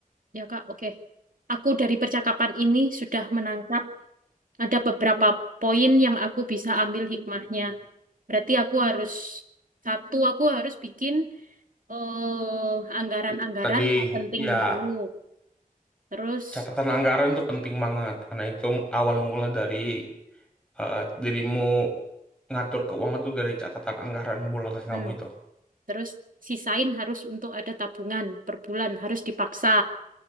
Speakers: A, on the right; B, in the centre.
A: Ya, Kak. Oke. Aku dari percakapan ini sudah menangkap ada beberapa poin yang aku bisa ambil hikmahnya. Berarti aku harus satu, aku harus bikin eh, anggaran-anggaran
B: I- tadi
A: yang penting
B: ya
A: dulu. Terus,
B: catatan anggaran itu penting banget karena itu awal mula dari eh, dirimu ngatur keuangan tuh dari catatan anggaran bulanan kamu
A: mm,
B: itu.
A: terus sisain harus untuk ada tabungan per bulan, harus dipaksa.